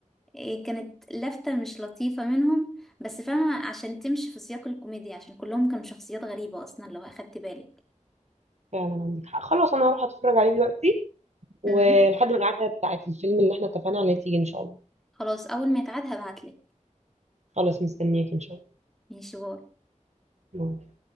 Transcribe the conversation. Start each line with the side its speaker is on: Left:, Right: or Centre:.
Centre: إيه كانت لفتة مش لطيفة منهم بس فاهمة عشان تمشي في سياق الكوميديا عشان كلهم كانوا شخصيات غريبة اصلا لو اخدت بالك
Right: فعلا عندك حق خلاص انا هروح اتفرج عليه دلوقتي ولحد
Centre: امم
Right: ما القعده بتاعت الفيلم اللي احنا اتفقنا عليه تيجي ان شاء الله
Centre: خلاص اول ما يتعاد هبعتلك
Right: خلاص مستنياك ان شاء
Centre: ماشي باي
Right: الله